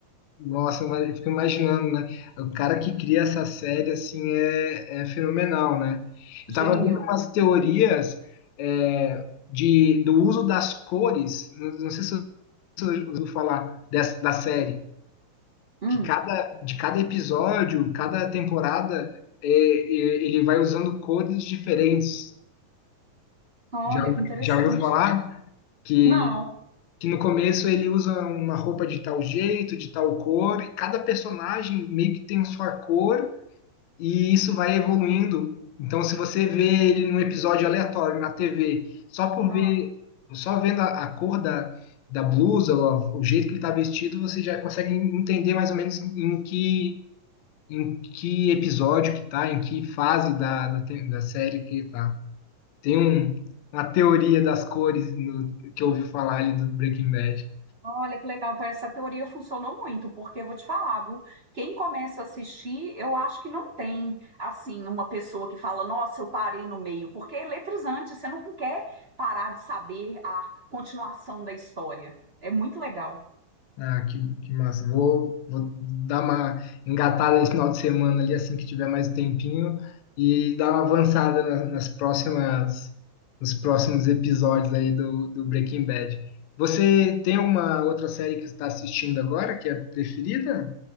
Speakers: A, on the left; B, on the right.
A: Nossa, mas eu fico imaginando, né? O cara que cria essa série, assim, é, é fenomenal, né? Eu tava
B: Gênio.
A: vendo umas teorias é, de, do uso das cores, não, não sei se você ouviu falar dessa, da série,
B: Hum,
A: que cada, de cada episódio, cada temporada, é, é, ele vai usando cores diferentes.
B: olha
A: Já,
B: que interessante.
A: já ouviu falar? Que,
B: Não.
A: que no começo ele usa uma roupa de tal jeito, de tal cor, e cada personagem meio que tem sua cor, E isso vai evoluindo. Então, se você vê ele num episódio aleatório na TV, só por
B: Ah.
A: ver, só vendo a, a cor da, da blusa, ou a- o jeito que ele está vestido, você já consegue entender mais ou menos em, em que, em que episódio que tá, em que fase da, da, te- da série que tá. Tem um- uma teoria das cores no- que eu ouvi falar ali do Breaking Bad.
B: Olha que legal, então essa teoria funcionou muito, porque eu vou te falar, viu? Quem começa a assistir, eu acho que não tem, assim, uma pessoa que fala, nossa, eu parei no meio, porque é eletrizante, você não quer parar de saber a continuação da história. É muito legal.
A: Ah, que, que massa. Vou, vou dar uma engatada esse final de semana ali, assim que tiver mais tempinho, e dar uma avançada na- nas próximas, nos próximos episódios aí do, do Breaking Bad. Você tem alguma outra série que está assistindo agora que é preferida?